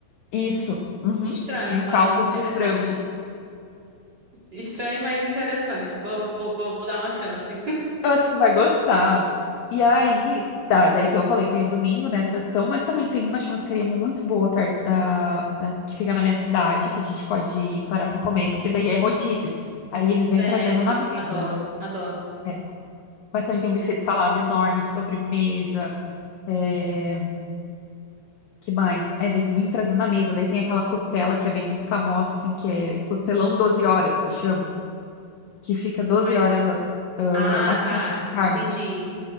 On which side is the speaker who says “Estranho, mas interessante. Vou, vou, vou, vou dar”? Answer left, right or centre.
Right